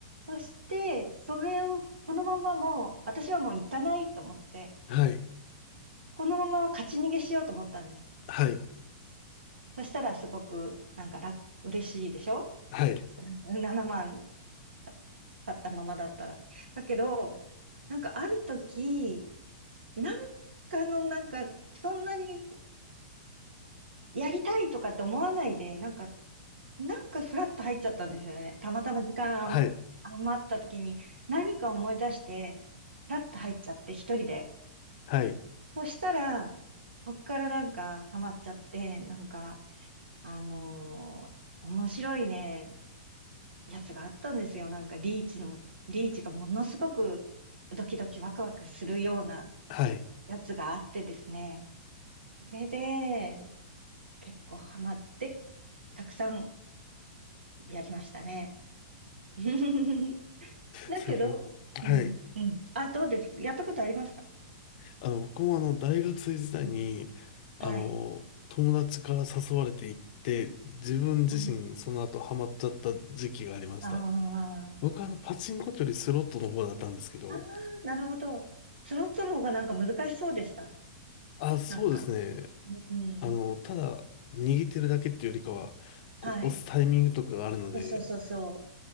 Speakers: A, on the right; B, on the left.
A: そして、それを、そのままもう、私はもう行かないと思って、
B: はい、
A: このまま勝ち逃げしようと思ったんです。
B: はい、
A: そしたらすごく、なんか楽、嬉しいでしょ
B: はい、
A: ?7 万 <laughs> 買ったままだったら。だけど、なんかある時、なんかの、なんか、そんなにやりたいとかって思わないで、なんかなんかフラッと入っちゃったんですよね。たまたま時間あん余った時に何か思い出して、
B: はい、
A: フラッと入っちゃって一人で。
B: はい、
A: そしたら、そっからなんかハマっちゃって、なんか、あのー面白いね、やつがあったんですよ。なんかリーチの、リーチがものすごくドキドキワクワクするような
B: はい。
A: やつがあってですね。それで結構ハマって、たくさんやりましたね。<laughs> だけど、
B: それ僕、
A: うん、
B: はい。
A: うん。あ、どうですやったことありますか
B: あの、僕もあの、大学生時代に、
A: うん。
B: あの、
A: はい。
B: 友達から誘われて行って、自分自身その後ハマっちゃった時期がありました。
A: はい。ああ。
B: 僕はあの、パチンコというよりスロットの方だったんですけど、
A: ああ、なるほど。スロットの方がなんか難しそうでした。
B: あ、そうですね。
A: なんか。うん。
B: あの、ただ、握ってるだけっていうよりかは、こう、
A: はい。
B: 押すタイミングとかがあるので、
A: そうそうそうそう。